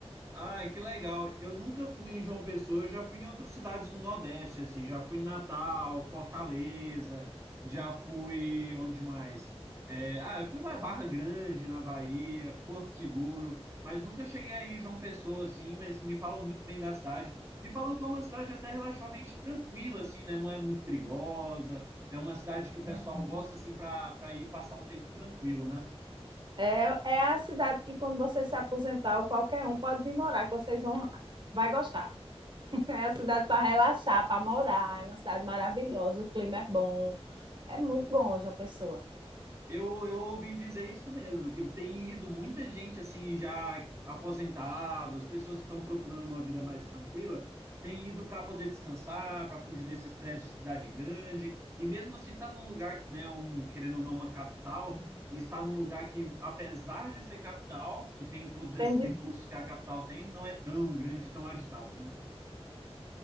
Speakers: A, on the right (about 30°); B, on the right (about 50°).
A: Ai, que legal. Eu nunca fui em João Pessoa, eu já fui em outras cidades no Nordeste, assim, já fui em Natal, Fortaleza, já fui onde mais? É, ah, eu fui para Barra Grande, na Bahia, Porto Seguro, mas nunca cheguei aí em João Pessoa, assim, mas me falam muito bem da cidade. Me falam que é uma cidade até relativamente tranquila, assim, né? Não é muito perigosa, é uma cidade que o pessoal gosta, assim, para para ir passar um tempo tranquilo, né?
B: É, é a cidade que, quando você se aposentar, ou qualquer um pode vir morar, que vocês vão, vai gostar. <laughs> É a cidade para relaxar, para morar. É uma cidade maravilhosa, o clima é bom. É muito bom, João Pessoa.
A: Eu, eu ouvi dizer isso mesmo, que tem ido muita gente assim já aposentados, pessoas que estão procurando uma vida mais tranquila, tem ido para poder descansar, para fugir desse estresse de cidade grande, e mesmo assim está num lugar que, né, um, querendo ou não, uma capital, está num lugar que, apesar de ser capital, que tem todos esses
B: Tem
A: recursos
B: de
A: que a capital tem, não é tão grande e tão agitado, né?